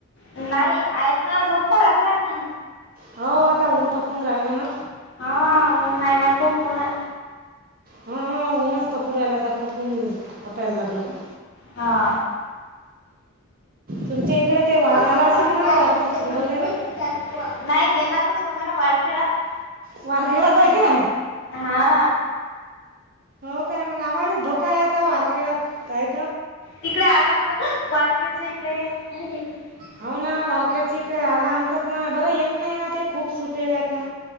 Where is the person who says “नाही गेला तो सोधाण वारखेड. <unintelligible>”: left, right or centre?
Left